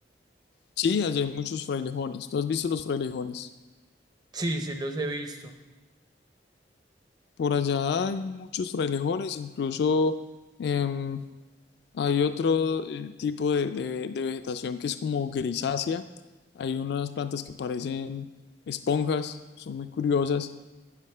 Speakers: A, on the left (about 65°); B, on the right (about 25°).
A: Sí, allá hay muchos frailejones. ¿Tú has visto los frailejones?
B: Sí, sí, los he visto.
A: Por allá hay muchos frailejones, incluso em, hay otro eh, tipo de, de- de vegetación que es como grisácea. Hay unas plantas que parecen esponjas, son muy curiosas.